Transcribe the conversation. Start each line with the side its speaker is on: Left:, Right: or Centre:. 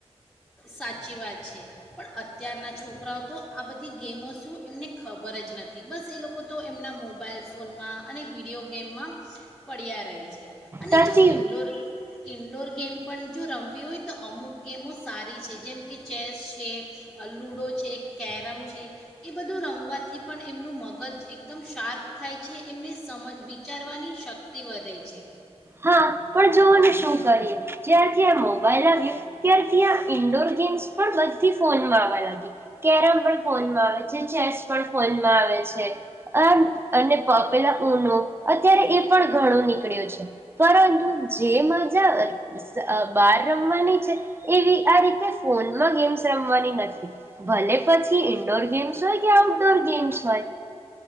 Centre: સાચી વાત છે. પણ અત્યારના છોકરાઓ તો આ બધી ગેમો શું એમને ખબર જ નથી. બસ એ લોકો તો એમના મોબાઈલ ફોનમાં અને વિડીયો ગેમમાં પડ્યા રહે છે. અને
Right: સાચી
Centre: જો ઇન્ડોર ઇન્ ડોર ગેમ પણ જો રમવી હોય તો અમુક ગેમો સારી છે. જેમ કે ચેસ છે, લુડો છે, કેરમ છે એ બધું રમવાથી પણ એમનું મગજ એકદમ શાર્પ થાય છે એમને સમજ વિચારવાની શક્તિ વધે છે.
Right: હા પણ જોઓને શું કરીએ જ્યારથી આ મોબાઈલ આવ્યો ત્યારથી આ ઇન્ડોર ગેમ્સ પણ બધી ફોનમાં આવવા લાગી. કેરમ પણ ફોનમાં આવે છે, ચેસ પણ ફોનમાં આવે છે આ અને પે પેલા ઉનો અત્યારે એ પણ ઘણો નીકળ્યો છે. પરંતુ જે મજા અ બાર રમવાની છે એવી આ રીતે ફોનમાં ગેમ્સ રમવાની નથી. ભલે પછી ઈન્ડોર ગેમ્સ હોય કે આઉટડોર ગેમ્સ હોય.